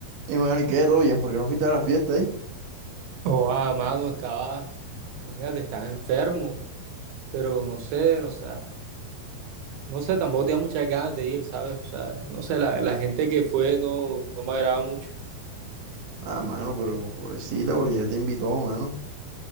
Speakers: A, on the right; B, on the right.
A: Y mano, ¿y qué? ¿Todo bien? ¿Por qué no fuiste a la fiesta ahí?
B: Oh, amado, estaba, imagínate, estaba enfermo, pero no sé, o sea, no sé, tampoco tenía muchas ganas de ir, ¿sabes? O sea, no sé, la, la gente que fue no, no me agradaba mucho.
A: Ah, mano, pero pobrecita, porque ya te invitó, mano.